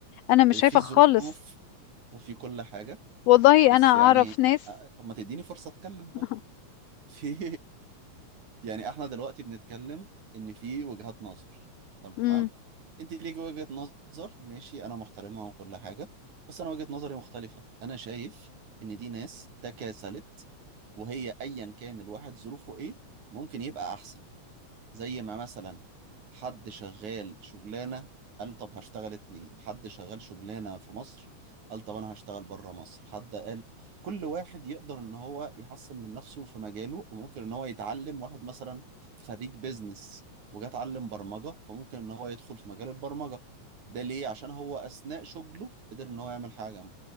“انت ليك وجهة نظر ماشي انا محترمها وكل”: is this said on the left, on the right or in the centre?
Right